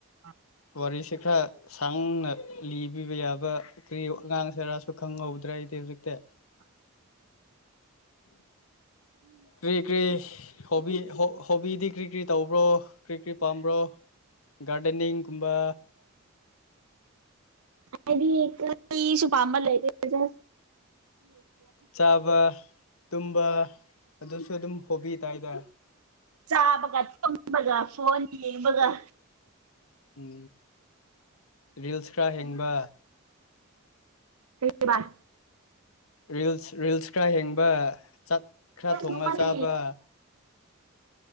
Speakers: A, on the right; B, on the left.
A: ꯑ
B: ꯋꯥꯔꯤꯁꯤꯦ ꯈꯔ ꯁꯥꯡꯅ ꯂꯤꯕꯤꯕ ꯌꯥꯕ ꯀ ꯑꯉꯥꯡꯁꯦꯔꯁꯨ ꯈꯪꯍꯧꯗ꯭ꯔ ꯍꯥꯏꯗꯤ ꯛꯇ
A: ꯑ
B: ꯀꯔꯤ ꯀꯔꯤ ꯍꯣꯕꯤ ꯍꯣꯕꯤꯗꯤ ꯀꯔꯤ ꯀ꯭ꯔꯤ ꯇꯧꯕ꯭ꯔꯣ ꯀꯔꯤ ꯀꯔꯤ ꯄꯥꯝꯕ꯭ꯔꯣ ꯒꯥꯔꯗꯅꯤꯡꯤꯡ ꯀꯨꯝꯕ
A: ꯍꯥꯏꯗꯤ ꯏꯁꯨꯄꯝꯕꯜꯂꯂꯤꯁ
B: ꯆꯥꯕ ꯇꯨꯝꯕ ꯑꯗꯨꯁꯨ ꯑꯗꯨꯝ ꯍꯣꯕꯤ ꯍꯥꯏꯇꯥꯔꯦ
A: ꯆ ꯒ ꯊ ꯒ ꯐꯣꯟꯣꯟ ꯌꯦ ꯒ
B: ꯎꯝ ꯔꯤꯜꯁ ꯈꯔ ꯍꯦꯡꯕ
A: ꯀ ꯥꯏ
B: ꯔꯤꯜꯁ ꯔꯤꯜꯁ ꯈꯔ ꯍꯦꯡꯕ ꯆꯥꯛ ꯈꯔ ꯊꯣꯡꯉ
A: ꯅꯣꯡꯃꯗ
B: ꯆꯥꯕ